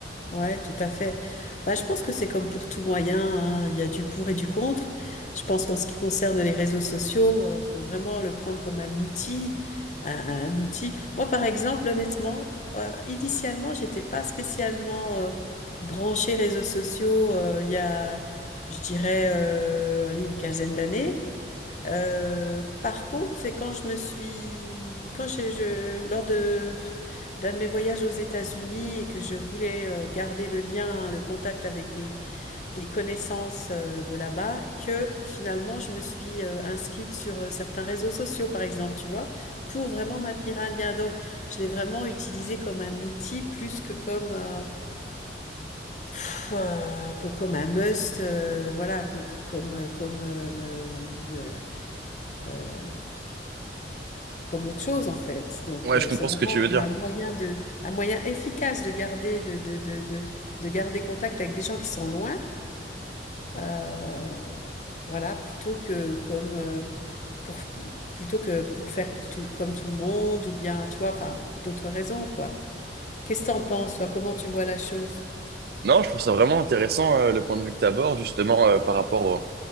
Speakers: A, on the left (about 40°); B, on the right (about 55°).
A: Ouais, tout à fait. Bah, je pense que c'est comme pour tout moyen, hein. Il y a du pour et du contre. Je pense qu'en ce qui concerne les réseaux sociaux, euh, faut vraiment le prendre comme un outil, un, un outil. Moi, par exemple, honnêtement, euh, initialement, j'étais pas spécialement euh, branchée réseaux sociaux. euh, il y a, je dirais, euh, allez, une quinzaine d'années. Euh, par contre, c'est quand je me suis, quand j'ai, je, lors de d'un de mes voyages aux États-Unis et que je voulais euh, garder le lien, le contact avec des, des connaissances euh, de là-bas, que finalement je me suis euh, inscrite sur euh, certains réseaux sociaux, par exemple, tu vois, pour vraiment maintenir un lien. Donc, je l'ai vraiment utilisé comme un outil plus que comme euh, pff, euh, que- comme un must, euh, voilà, que, que- comme euh, comme euh, euh, euh, comme autre chose en fait. Donc
B: Ouais,
A: euh,
B: je comprends
A: c'est vraiment
B: ce que tu veux
A: comme
B: dire.
A: un moyen de, un moyen efficace de garder, de, de, de, de, de garder contact avec des gens qui sont loin, euh, voilà, plutôt que comme euh, pour, plutôt que pour faire pour tout, comme tout le monde ou bien, tu vois, enfin d'autres raisons quoi. Qu'est-ce que t'en penses toi? Comment tu vois la chose?
B: Non, je trouve ça vraiment intéressant euh, le point de vue que tu abordes justement euh, par rapport au